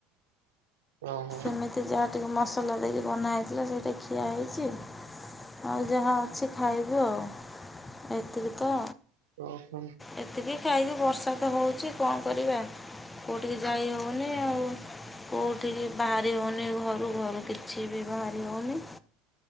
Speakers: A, on the right; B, on the left.
A: ହଁ।
B: ଏମିତି ଯାହା ଟିକେ ମସଲା ଦେଇକି ବନା ହେଇଥିଲା ସେଇଟା ଖିଆ ହେଇଛି। ଆଉ ଯାହା ଅଛି ଖାଇବୁ ଆଉ ଏତିକି ତ।
A: ଉ ହ
B: ଏତିକି ଖାଇବୁ ବର୍ଷା ତ ହଉଛି କଣ କରିବା। କୋଉଠିକି ଯାଇ ହଉନି ଆଉ କୋଉଠିକି ବାହାରି ହେଉନି ଘରୁ ଘରୁ କିଛି ବି ବାହାରି ହେଉନି